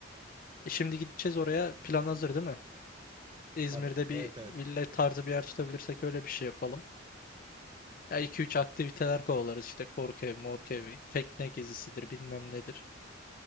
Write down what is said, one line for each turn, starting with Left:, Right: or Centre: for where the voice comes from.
Left: E şimdi gideceğiz oraya. Plan hazır değil mi? İzmir'de
Right: Tabii.
Left: bir
Right: Evet evet.
Left: villa tarzı bir yer tutabilirsek öyle bir şey yapalım. Ya iki üç aktiviteler kovalarız işte korku evi, morku evi, tekne gezisidir bilmem nedir.